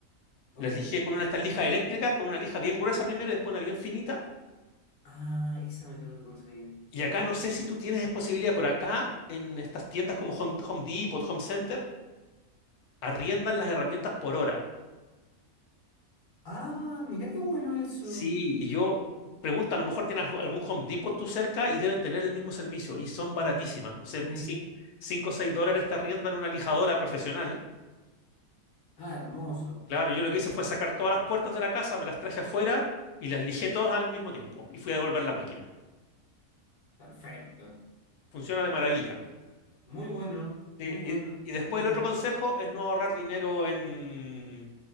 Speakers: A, on the left (about 50°); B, on the left (about 85°).
A: ok.
B: Las lijé con una de estas lijas eléctricas, con una lija bien gruesa primero y después una bien finita.
A: Ah, esa me tengo que conseguir.
B: Y acá no sé si tú tienes posibilidad, pero acá en estas tiendas como Home, Home Depot, Home Center, arriendan las herramientas por hora.
A: Ah, mira qué bueno eso.
B: Sí, y yo pregunta, a lo mejor tienen algo- algún Home Depot tú cerca y deben tener el mismo servicio y son baratísimas.
A: Home Depot, Ok.
B: O sea, 5 o 6 dólares te arriendan una lijadora profesional.
A: Ah, hermoso.
B: Claro, yo lo que hice fue sacar todas las puertas de la casa, me las traje afuera y las lijé todas al mismo tiempo y fui a devolver la máquina.
A: Perfecto.
B: Funciona de maravilla.
A: Muy bueno,
B: Sí,
A: muy
B: y,
A: bueno.
B: y
A: Eso
B: después
A: quiero.
B: el otro consejo es no ahorrar dinero en,